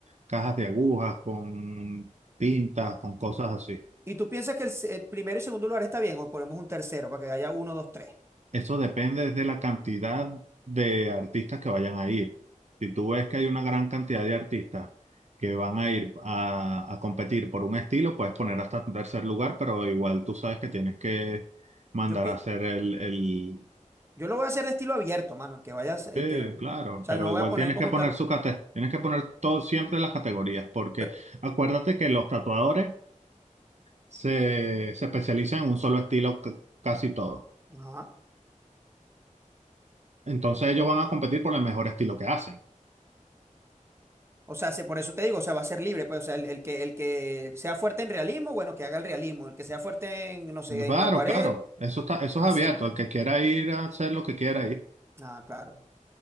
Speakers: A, on the right; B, on the right.
A: cajas de agujas con tintas, con cosas así.
B: ¿Y tú piensas que el, se- el primero y segundo lugar está bien o ponemos un tercero para que haya uno, dos, tres?
A: Eso depende de la cantidad de artistas que vayan a ir. Si tú ves que hay una gran cantidad de artistas que van a ir a, a competir por un estilo, puedes poner hasta un tercer lugar, pero igual tú sabes que tienes que mandar
B: Yo pienso.
A: a hacer el, el...
B: Yo lo voy a hacer de estilo abierto, mano, el que vayas, el
A: Sí,
B: que, o
A: claro,
B: sea,
A: pero
B: no voy
A: igual
B: a poner
A: tienes
B: como
A: que poner
B: tal,
A: su cate- tienes que poner todo, siempre las categorías, porque
B: pero,
A: acuérdate que los tatuadores se, se especializan en un solo estilo ca- casi todo.
B: ajá.
A: Entonces ellos van a competir por el mejor estilo que hacen.
B: O sea, se- por eso te digo, o sea, va a ser libre, pues, o sea, el, el que, el que sea fuerte en realismo, bueno, que haga el realismo, el que sea fuerte en, no sé,
A: Claro,
B: en la acuarel,
A: claro. Eso está, eso
B: así,
A: es abierto.
B: pues.
A: Al que quiera ir a hacer lo que quiera ir.
B: Ah, claro.